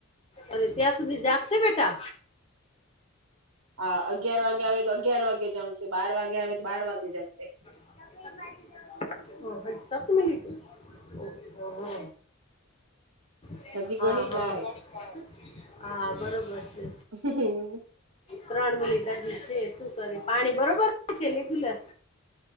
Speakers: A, on the left (about 30°); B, on the right (about 75°).
A: અરે ત્યાં સુધી જાગશે બેટા
B: હા અગિયાર વાગે આવે તો અગિયાર વાગે જમશે બાર વાગે આવે તો બાર વાગે જમશે
A: ઓ હો <unintelligible> લીધું ઓ હો
B: <inaudible>
A: હ
B: ઘણી
A: હ
B: જાય
A: હા બરોબર છે
B: હમ્મ
A: ત્રણ મિનિટ હજુ છે શું કરે પાણી બરોબર છે લેગ્યુલર